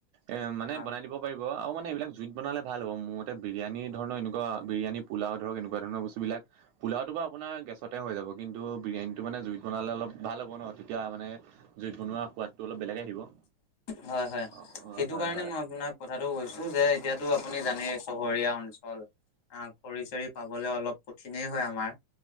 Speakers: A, on the right (about 85°); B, on the left (about 45°).
A: এ মানে
B: হয়।
A: বনাই দিব। পাৰিব আৰু মানে এইবিলাক জুইত বনালে ভাল হ'ব মোৰ মতে বিৰিয়ানী পুলাও ধৰক এনেকুৱা ধৰণৰ বস্তুবিলাক। পোলাওটো বাৰ আপোনাৰ গেছতে হৈ যাব কিন্তু বিৰিয়ানীটো মানে জুইত বনালে অলপ ভাল হ'ব ন তেতিয়া মানে। জুইত বনোৱা সোৱাদটো অলপ বেলেগে আহিব অ'
B: হয় হয়
A: অ' হয়
B: সেইটো
A: হয়
B: কাৰণে মই আপোনাক কথাতটো কৈছো যে এতিয়াতো আপুনি জানেই চহৰীয়া অঞ্চল। অ খৰি চৰি পাবলৈ অলপ কঠিনেই হয় আমাৰ।